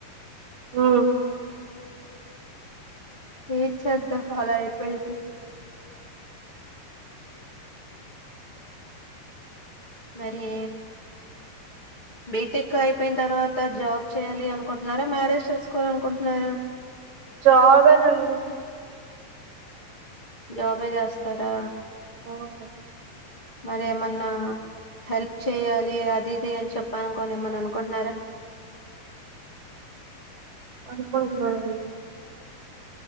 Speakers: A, on the right; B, on the left.
A: హ్మ్.
B: ఏం చేదం అలా అయిపోయింది. మరే. బీటెక్ అయిపోయిన తర్వాత జాబ్ చేయాలి అనుకుంటున్నారా. మ్యారేజ్ చేసుకోవాలీ అనుకుంటున్నారా.
A: జాబేనండీ.
B: జాబే చేస్తారా
A: అవును.
B: మరి ఏమన్నా. హెల్ప్ చెయాలి అదిఇది అని చెప్పలనుకొని ఏమన్నా అనుకుంటున్నారా.
A: అనుకున్నా అండి.